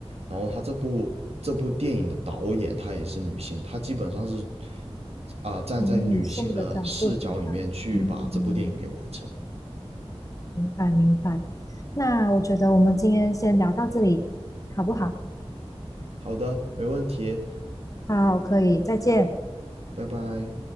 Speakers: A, on the right (about 70°); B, on the left (about 30°).
A: 然后他这部这部电影的导演她也是女性，她基本上是啊、呃站在女性的视角里面去把这部电影给完成的。
B: 从女性的角度出发，嗯，明白明白。那我觉得我们今天先聊到这里，好不好？
A: 好的，没问题，
B: 好，可以，再见。
A: 拜拜。